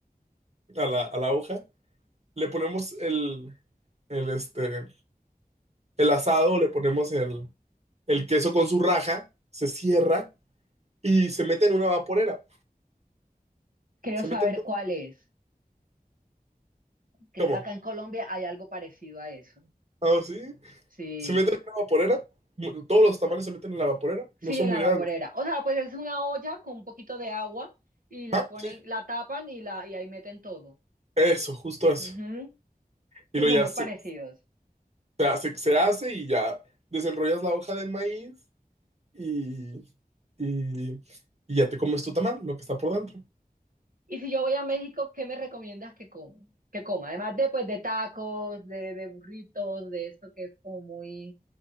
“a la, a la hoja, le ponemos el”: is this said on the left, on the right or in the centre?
Right